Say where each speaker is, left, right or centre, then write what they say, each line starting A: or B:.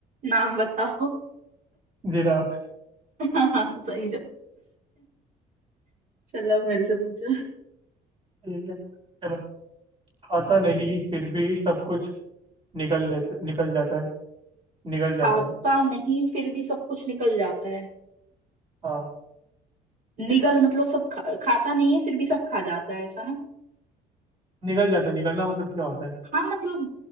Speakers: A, on the right; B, on the right.
A: नाम बताओ
B: जिराफ
A: <laughs> हाँ सही जवाब चलो मेरे से पूछो
B: ठीक है चलो खाता नहीं फिर भी सब कुछ निकल लेते निकल जाता है निकल जाता
A: खाता
B: है
A: नहीं फिर भी सब कुछ निकल जाता है
B: हाँ
A: निगल मतलब सब खा, खाता नहीं है फिर भी सब खा जाता है ऐसा ना
B: निकल जाता है निकलना मतलब क्या होता है
A: हाँ मतलब